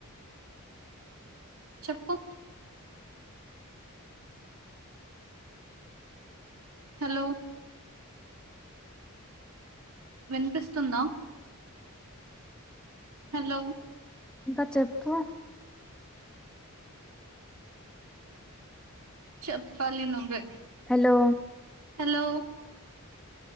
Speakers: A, on the right (about 75°); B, in the centre.
A: చెప్పు హలో విన్పిస్తుందా హలో
B: ఇంక చెప్పు
A: చెప్పలి నువే
B: హలో
A: హాలో